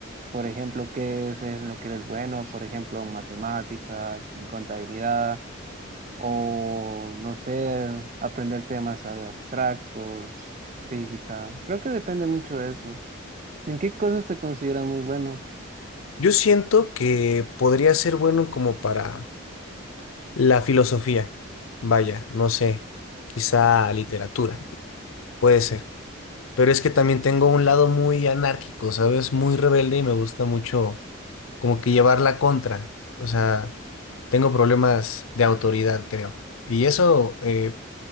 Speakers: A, on the right; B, on the left.
A: por ejemplo, qué es en lo que eres bueno, por ejemplo, en matemáticas, en contabilidad o, no sé, aprender temas abstractos, física. Creo que depende mucho de eso. ¿En qué cosas te consideras muy bueno?
B: Yo siento que podría ser bueno como para la filosofía. Vaya, no sé, quizá literatura, puede ser. Pero es que también tengo un lado muy anárquico, ¿sabes? Muy rebelde y me gusta mucho como que llevar la contra. O sea, tengo problemas de autoridad, creo. Y eso, eh,